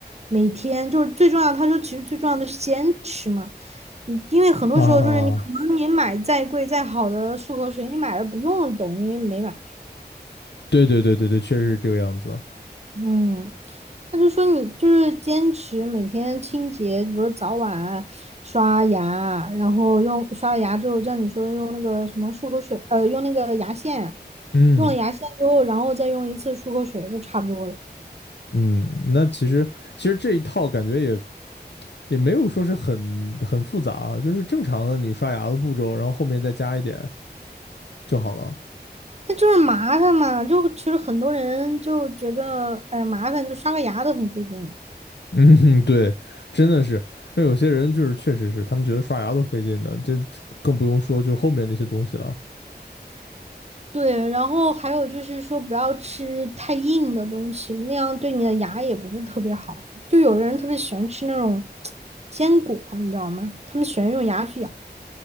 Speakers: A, on the right; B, on the left.
A: 每天就是最重要，他说其实最重要的是坚持嘛。嗯，因为很多时候就是你可能你买再贵再好的漱口水，
B: 啊，
A: 你买了不用的等于没买，
B: 对对对对对，确实是这个样子。
A: 嗯，他就说你就是坚持每天清洁，比如早晚刷牙，然后用刷了牙之后，像你说的用那个什么漱口水，呃，用那个牙线，
B: 嗯
A: 用了牙线之后，然后再用一次漱口水就差不多了。
B: 嗯，那其实其实这一套感觉也也没有说是很很复杂啊，就是正常的你刷牙的步骤，然后后面再加一点就好了。
A: 但就是麻烦嘛，就其实很多人就觉得，哎呀，麻烦，就刷个牙都很费劲。
B: 嗯，对，真的是，那有些人就是确实是他们觉得刷牙都费劲的，这更不用说就后面那些东西了，
A: 对，然后还有就是说，不要吃太硬的东西，那样对你的牙也不是特别好。就有的人特别喜欢吃那种坚果，你知道吗？他们喜欢用牙去咬。